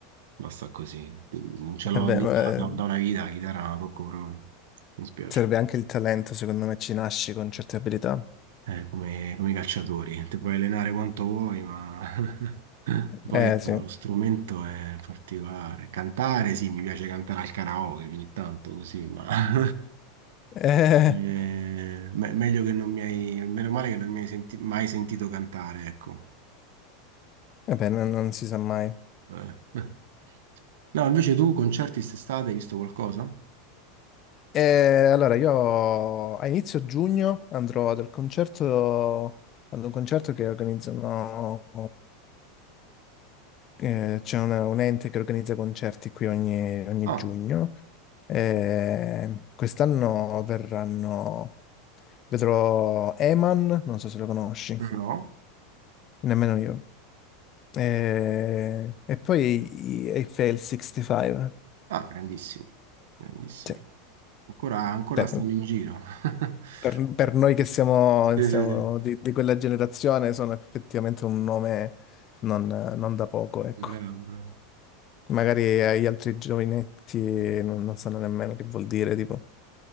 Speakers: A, on the right; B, on the left.
A: basta così. Non ce l'ho
B: E beh,
A: lì
B: ma, eh,
A: da, da una vita, la chitarra non la tocco proprio. Mi spiace.
B: serve anche il talento, secondo me ci nasci con certe abilità.
A: eh, come, come i calciatori. Ti puoi allenare quanto vuoi, ma <laughs> poi
B: Eh sì,
A: lo
B: <laughs>
A: strumento è particolare. Cantare, sì, mi piace cantare al karaoke ogni tanto così, ma <laughs>
B: eh,
A: eh, me- meglio che non mi hai, meno male che non mi hai senti- mai sentito cantare, ecco.
B: vabbè, non, non si sa mai.
A: Eh. <laughs> No, invece tu concerti quest'estate hai visto qualcosa?
B: E allora io a inizio giugno andrò ad un concerto, ad un concerto che organizzano, eh, c'è una- un ente che organizza concerti qui ogni ogni
A: Ah,
B: giugno. Eh, quest'anno verranno Vedrò Eman, non so se lo conosci,
A: no.
B: nemmeno io. E, e poi i- Eiffel 65.
A: Ah, grandissimi, grandissimi.
B: Cioè,
A: Ancora, ancora
B: per,
A: stanno in giro. <laughs>
B: per- per noi che siamo,
A: Sì,
B: siamo
A: sì, sì.
B: di, di quella generazione sono effettivamente un nome non, non da poco, ecco.
A: Bravo, bravo.
B: Magari agli altri giovinetti non, non sanno nemmeno che vuol dire, tipo,